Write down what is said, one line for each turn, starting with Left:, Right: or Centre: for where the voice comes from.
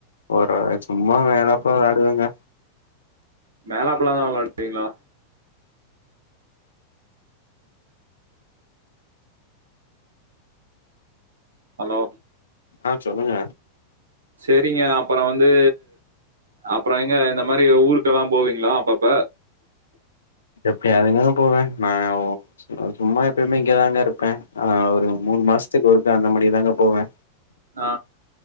Left: ஒரு சும்மா மேலப்ல விளையாடுவேங்க
Right: மேலாப்புலா தா விளாடுவீங்ளா ஹலோ
Left: ஆஹ் சொல்லுங்க
Right: சேரிங்க அப்பறொ வந்து அப்பறோ எங்க இந்த மாரி ஊருக்கெல்லா போவீங்களா அப்பப்ப
Left: எப்பயாவதுங்கதா போவே நா சும்மா எப்பயுமே இங்க தாங்க இருப்பே ஆ ஒரு மூணு மாசத்துக்கு ஒருக்கா அந்த மானி தாங்க போவே
Right: ஆ.